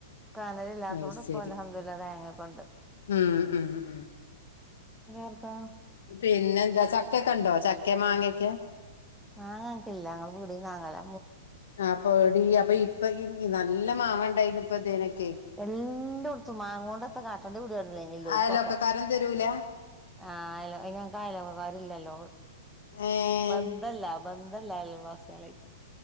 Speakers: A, in the centre; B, on the left.
A: കാനലില്ലാത്തോണ്ട്
B: അത്
A: ഇപ്പൊ
B: ശരി
A: അൽഹംദുലില്ലാഹ് തേങ്ങക്കണ്ട്
B: ഉം ഉം ഉം
A: വർത്താനം
B: പിന്നെന്താ ചക്ക ക്കണ്ടോ ചക്കെ മാങ്ങൊക്കെ?
A: മാങ്ങങ്ങക്കില്ല ഞങ്ങ പീടീന്ന് വാങ്ങല
B: ആപ്പൊ എട അപ്പൊ ഇപ്പൊ നല്ല മാങ്ങണ്ടായിന്ന ഇപ്പേനക്ക
A: എല്ലാം കൊടുത്തും മാങ്ങ കൊണ്ടത്തെ കാട്ടൻന്റെ പിീടടല്ലെങ്കല്ലോലിക്കൊക്കെ
B: അയലൊക്കക്കാരൻ തരൂല
A: ആഹല ഞക്ക് ആായലക്കെക്കാറില്ലല്ലോ
B: ഏ
A: ബന്തല്ല അതല്ല അയൽവാസികളായിട്ട്